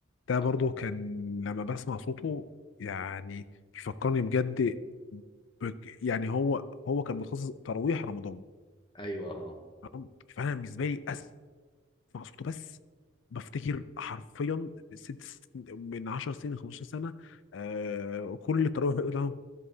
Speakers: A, on the left; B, on the left.
A: ده برضو
B: آه.
A: كان لما بسمع صوته يعني يفكرني بجد بك- يعني هو هو كان متخصص تراويح رمضان
B: ايوه اه
A: تمام؟ فانا بالنسبه لي اسمع صوته بس بفتكر حرفيا ست سن- من 10 سنين 15 سنه آه كل التراويح